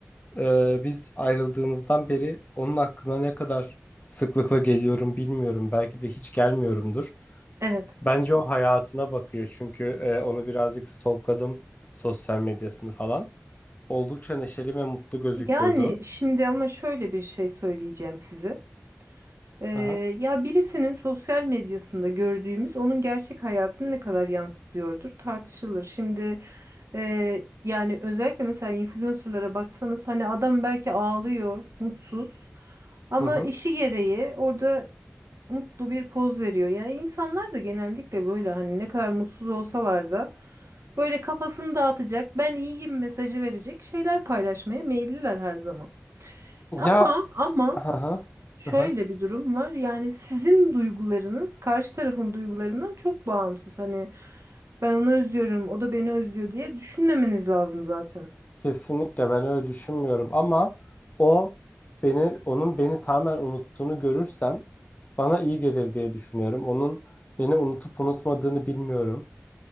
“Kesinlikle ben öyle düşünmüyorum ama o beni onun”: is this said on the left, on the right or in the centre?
Left